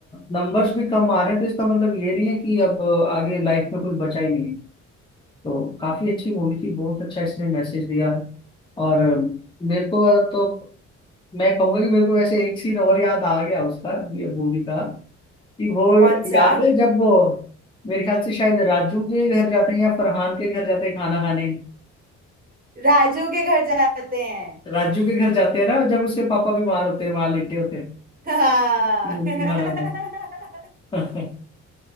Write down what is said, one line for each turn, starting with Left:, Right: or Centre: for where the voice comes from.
Left: नंबर्स भी कम आ रहे हैं तो इसका मतलब ये नहीं है कि अब अ, आगे लाइफ में कुछ बचा ही नहीं है। तो काफी अच्छी मूवी थी बहुत अच्छा इसने मैसेज दिया और अम, मेरे को तो मैं कहूंगा कि मेरे को वैसे एक सीन और याद आ गया उसका मूवी का कि वो
Right: कौन सा
Left: याद है जब वो मेरे ख्याल से शायद राजू के घर जाते हैं या फरहान के घर जाते हैं खाना खाने
Right: राजू के घर जाते हैं
Left: राजू के घर जाते हैं ना जब उसके पापा बीमार होते हैं वहां लेटे होते हैं
Right: हाँ
Left: उनकी
Right: <laughs>
Left: खाना बनाओ। <laughs>